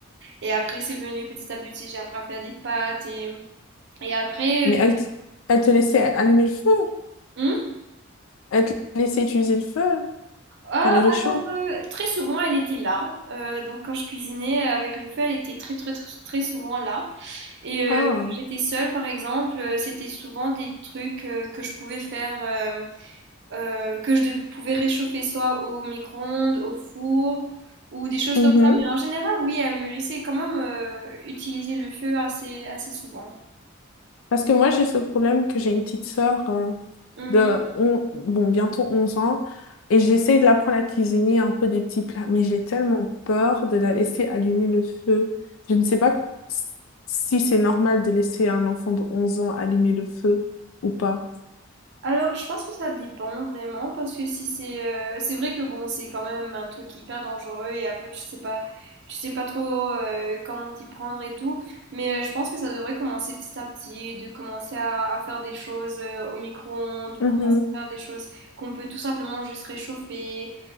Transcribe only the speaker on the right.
Et après, c'est venu petit à petit. J'ai appris à faire des pâtes. Et, et après,
Hum?
Ah,
alors, euh, très souvent, elle était là. Euh, donc, quand je cuisinais avec le feu, elle était très, très, très très souvent là. Et euh,
quand j'étais seule, par exemple, euh, c'était souvent des trucs euh, que je pouvais faire. euh, euh, que je de- pouvais réchauffer soit au micro-ondes, au four ou des choses
comme ça. Mais en général, oui, elle me laissait quand même euh, utiliser le feu assez, assez souvent.
Mhm.
Alors, je pense que ça dépend vraiment, parce que si c'est, euh, c'est vrai que bon, c'est quand même un truc hyper dangereux et après tu sais pas, tu sais pas trop euh, comment t'y prendre et tout. Mais euh, je pense que ça devrait commencer petit à petit, de commencer à, à faire des choses euh, au micro-ondes ou
commencer à faire des choses qu'on peut tout simplement juste réchauffer.